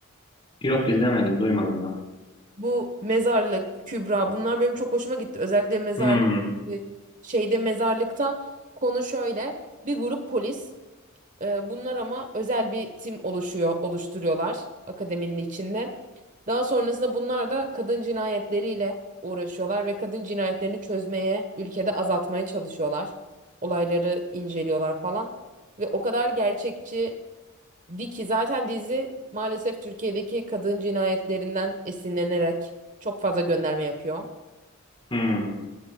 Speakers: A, on the left (about 25°); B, on the right (about 35°).
A: Yok izlemedim duymadım da.
B: Bu Mezarlık, Kübra bunlar benim çok hoşuma gitti. Özellikle Mezarlık
A: Hmm.
B: e, şeyde Mezarlık'ta konu şöyle. Bir grup polis Ee, bunlar ama özel bir tim oluşuyor, oluşturuyorlar akademinin içinde. Daha sonrasında bunlar da kadın cinayetleriyle uğraşıyorlar ve kadın cinayetlerini çözmeye, ülkede azaltmaya çalışıyorlar. Olayları inceliyorlar falan. Ve o kadar gerçekçi di ki zaten dizi maalesef Türkiye'deki kadın cinayetlerinden esinlenerek çok fazla gönderme yapıyor.
A: Hmm.